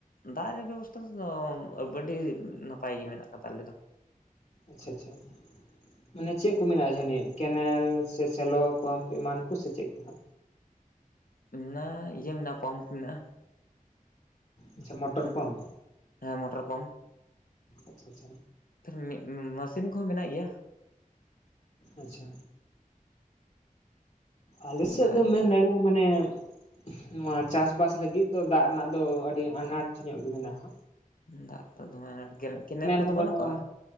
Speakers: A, on the left; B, on the left.
A: ᱫᱟᱜ ᱨᱮᱭᱟᱜ ᱵᱮᱵᱚᱥᱛᱷᱟ ᱫᱚ ᱟᱹᱰᱤ ᱱᱟᱯᱟᱭ ᱜᱮ ᱢᱮᱱᱟᱜ ᱠᱟᱫᱟ ᱟᱞᱮ ᱫᱚ᱾
B: ᱟᱪᱪᱷᱟ ᱟᱪᱪᱷᱟ᱾ ᱢᱟᱱᱮ ᱪᱮᱫ ᱠᱚ ᱢᱮᱱᱟᱜᱼᱟ ᱡᱟᱹᱱᱤᱡ ᱠᱮᱱᱮᱞ ᱥᱮ ᱥᱮᱞᱚ ᱯᱟᱢᱯ ᱮᱢᱟᱱ ᱠᱚ ᱥᱮ ᱪᱮᱫ ᱠᱚ ᱦᱮᱸᱱᱟᱜ ᱟ?
A: ᱚᱱᱟ ᱤᱭᱟᱹ ᱢᱮᱱᱟᱜᱼᱟ ᱯᱟᱢᱯ ᱢᱮᱱᱟᱜᱼᱟ᱾
B: ᱟᱪᱪᱷᱟ ᱢᱚᱴᱚᱨ
A: ᱦᱩᱸ
B: ᱯᱟᱢᱯ
A: ᱦᱮᱸ ᱢᱚᱴᱚᱨ ᱯᱟᱢᱯ᱾
B: ᱟᱪᱪᱷᱟ ᱟᱪᱪᱷᱟ
A: ᱛᱟᱞᱦᱮ ᱢᱮᱥᱤᱱ ᱠᱚᱦᱚᱸ ᱢᱮᱱᱟᱜ ᱜᱮᱭᱟ᱾
B: ᱟᱪᱪᱷᱟ᱾ ᱟᱞᱮ ᱥᱮᱫ
A: ᱫᱟᱜ
B: ᱫᱚᱢ ᱢᱮᱱ ᱫᱟᱲᱮᱭᱟᱜ-ᱟ ᱢᱟᱱᱮ ᱱᱚᱶᱟ ᱪᱟᱥ-ᱵᱟᱥ ᱞᱟᱹᱜᱤᱫ ᱫᱚ ᱫᱟᱜ ᱨᱮᱱᱟᱜ ᱫᱚ ᱟᱹᱰᱤ ᱟᱱᱟᱴ ᱧᱚᱜ ᱜᱮ ᱢᱮᱱᱟᱜ-ᱟ᱾
A: ᱫᱟᱜ ᱠᱚ ᱫᱚᱢᱮ <unintelligible> ᱠᱮ ᱠᱮᱱᱮᱞ ᱠᱚᱫᱚ
B: ᱦᱚᱸ
A: ᱵᱟᱹᱱᱩᱜ
B: ᱵᱟᱹᱱᱩᱜᱼᱟ
A: ᱠᱚᱟᱜ-ᱟ?